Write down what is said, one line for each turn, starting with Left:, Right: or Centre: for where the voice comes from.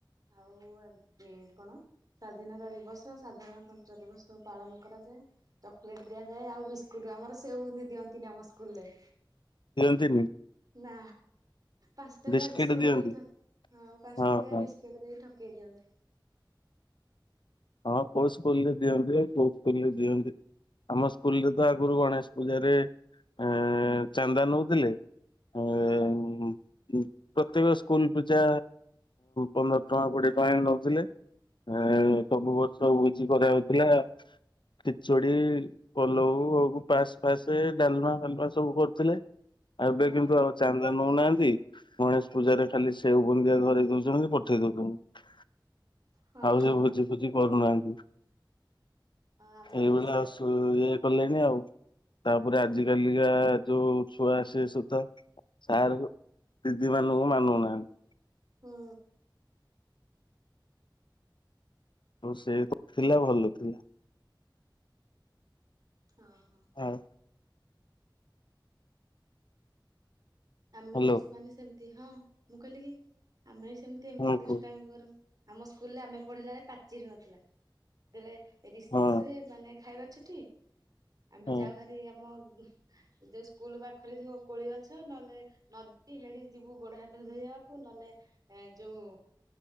Right: ଆଉ ଏମିତି କଣ? ସ୍ୱାଧୀନତା ଦିବସ ସାଧାରଣତନ୍ତ୍ର ଦିବସ ସବୁ ପାଳନ କରାଯାଏ। ଚକୋଲେଟ ଦିଆଯାଏ ଆଉ ବିସ୍କୁଟ ଆମର ସେ ଦିଅନ୍ତିନି ଆମ ସ୍କୁଲ ରେ।
Left: ଦିଅନ୍ତିନି।
Right: ନା ପାଞ୍ଚ ଟଙ୍କିଆ
Left: ବିସ୍କିଟ
Right: ବିସ୍କୁଟ
Left: ଦିଅନ୍ତି
Right: ଦେଇଥ ପାଞ୍ଚ
Left: ହଁ
Right: ଟଙ୍କିଆ
Left: ହଁ
Right: ବିସ୍କୁ କୁଟ ଦେଇ ଠକେଇ ଦିଅନ୍ତି।
Left: ହଁ କଉ ସ୍କୁଲରେ ଦିଅନ୍ତି କଉ ସ୍କୁଲରେ ଦିଅନ୍ତିନି। ଆମ ସ୍କୁଲ ରେ ତ ଆଗରୁ ଗଣେଶ ପୂଜାରେ ଏ ଚାନ୍ଦା ନୋଉଥିଲେ। <unintelligible>
Right: ହୁଁ
Left: ପ୍ରତେକ ସ୍କୁଲ ପୂଜା ପନ୍ଦର ଟଙ୍କା କୋଡିଏ ଟଙ୍କା ନଉଥିଲେ ଏ ସବୁ ବର୍ଷ ଭୋଜି କରାଯାଉଥିଲା ଖିଚୁଡି ପଲଉ ପାସ୍ ଫାସ୍ ଡାଲମା ଫାଲମା ସବୁ କରୁଥିଲେ ଆଉ ଏବେ
Right: ହଁ
Left: କିନ୍ତୁ ଆଉ ଚାନ୍ଦା ନଉନାହାନ୍ତି ଗଣେଶ ପୂଜାରେ ଖାଲି ସେଉ ବୁନ୍ଦୀ ଧରେଇ ଦଉଛନ୍ତି ପଠେଇ ଦଉଛନ୍ତି।
Right: ହଁ
Left: ଆଉ ସେ ଭୋଜି ଫୋଜିି କରୁନାହାନ୍ତି।
Right: ଆମର
Left: ଏଇଭଳିଆ
Right: ବି ସେମ୍
Left: ଆସୁ ଇଏ କଲେଣିି ଆଉ। ତାପରେ ଆଜି କାଲିକା ଯୋଉ ଛୁଆ ଆସେ ସୁଧା। ସାର୍ ଦିଦି ମାନଙ୍କୁ ମାନୁନାହାନ୍ତି।
Right: ହୁଁ।
Left: ଆଉ ସେ ଥିଲା ଭଲ ଥିଲା।
Right: ହଁ ହଁ।
Left: ହଉ।
Right: ଆମେ
Left: ହ୍ୟାଲୋ
Right: ବି ସେମାନେ ସେମତି ହଁ ମୁଁ କହିଲି କି ଆମେ ବି ସେମତି ଏମତି
Left: ହଁ
Right: ଦୁଷ୍ଟାମି
Left: କୁହ
Right: କରୁ। ଆମ ସ୍କୁଲରେ ଆମେ ପଢିଲା ବଳେ ପାଚେରି ନଥିଲା ଯେତେବେଳେ ଏଠି ରିସେଷ
Left: ହଁ
Right: ହୁଏ ମାନେ ଖାଇବା ଛୁଟି ଆମେ
Left: ହଁ
Right: ଯାଉ ହାରି ଆମ ଯୋଉ ସ୍କୁଲ ପାଖରେ ଥିବ କୋଳି ଗଛ ନହେଲେ ନଦୀ ହେଡ଼ି ଯିବୁ ଗୋଡ଼ ହାତ ଧୋଇବାକୁ ନହେଲେ ଯୋଉ